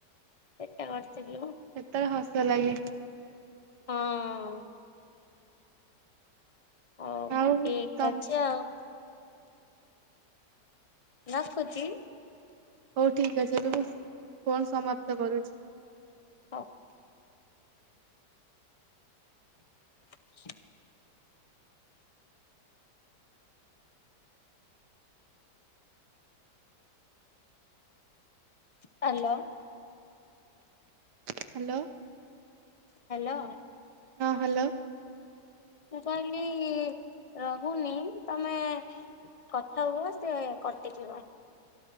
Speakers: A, on the left (about 35°); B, on the right (about 75°).
A: ଏଟା କରିଥିଲୁ।
B: ସେତେବେଳେ ହସ ଲାଗେ।
A: ହଁ। ହଉ
B: ଆଉ
A: ଠିକ
B: ତମ
A: ଅଛି ଆଉ ରଖୁଛି।
B: ହଉ ଠିକ୍ ଅଛି ଏବେ ମୁଁ ଫୋନ୍ ସମାପ୍ତ କରୁଛି।
A: ହଁ। <inaudible> ହ୍ୟାଲୋ।
B: ହ୍ୟାଲୋ।
A: ହ୍ୟାଲୋ।
B: ହଁ ହ୍ୟାଲୋ।
A: ମୁଁ କହିଲି ରହୁନି ତମେ କଥା ହୁଅ ସିଏ କଟିଯିବ।